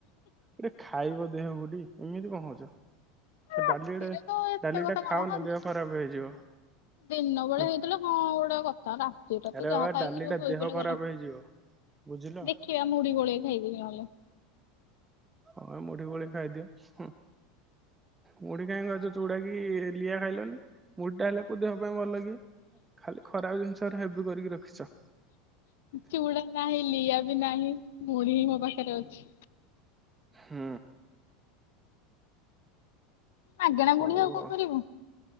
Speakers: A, on the right (about 15°); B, on the left (about 75°).
A: ଇରେ ଖାଇବ ଦେହ କୁ ଟି ଏମିତି କଣ ହଉଚ।
B: ରାତିରେ
A: ଡାଲିଡ଼େ
B: ତ ଏତେ
A: ଡାଲି
B: କଥା
A: ଟା ଖାଅନି
B: କଣ ହଁ ଦିନ
A: ଦେହ ଖରାପ୍ ହେଇଯିବ।
B: ଦିନ ବଳେ
A: ହୁଁ
B: ହେଇଥିଲେ ହଁ ଗୋଡ଼େ କଥା ରା ରାତି ତା
A: ଆରେ
B: ତ ଯାହା
A: ବାବା
B: ଖାଇକି
A: ଡାଲି ଟା
B: ଶୋଇ
A: ଦେହ
B: ପଡିଲେ
A: ଖରାପ
B: ଗଲା
A: ହେଇଯିବ ବୁଝିଲ
B: ଦେଖିବା ମୁଡ଼ି ଗୋଳେଇ ଖାଇଦେବି ନହେଲେ।
A: ଆ ମୁଡ଼ି ଗୋଳେଇ ଖାଇଦିଅ ହୁଁ। ମୁଡ଼ି କାଇଁ ଖାଉଚ ଚୁଡ଼ା କି ଲିଆ ଖାଇଲନି। ମୁଟା ହେଲେ କୁ ଦେହ ପାଇଁ ବଲ କି ଖାଲି ଖରାପ୍ ଜିନିଷ ହେଡ଼ା ହେବି କରିକି ରଖିଛ।
B: ଚୁଡ଼ା କାହିଲି ଏବେ ନାହିଁ ମୁଢ଼ି ହିଁ ମୋ ପାଖରେ ଅଛି।
A: ହୁଁ।
B: ମାଗେଣା
A: ହଉ
B: ମୁଢି କଣ
A: ଆଉ।
B: କରିବୁ?